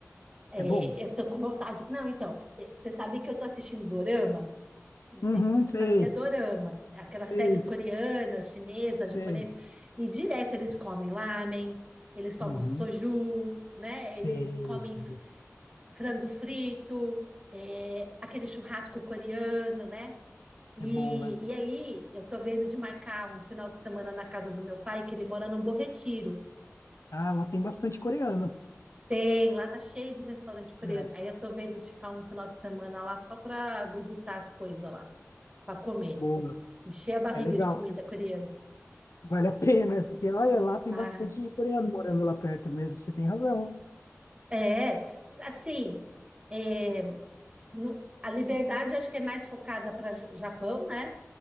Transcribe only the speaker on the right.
é,
eu tô com vontade. Não, então, é, você sabe que eu tô assistindo Dorama? Não sei
se você
sabe o que é Dorama. É aquelas séries
coreanas, chinesas, japonesas.
E direto eles comem lamen, eles tomam
soju, né?
Eles comem
f- frango frito, é, aquele churrasco coreano, né? E,
e aí, eu tô vendo de marcar um final de semana na casa do meu pai, que ele mora num Bom Retiro.
Tem, lá tá cheio de restaurante coreano.
Aí eu tô vendo de ficar um final de semana lá só pra visitar as coisas lá, pra comer.
Encher a barriga
de comida coreana.
Ah,
é, assim, é, no- a liberdade acho que é mais focada para Japão, né?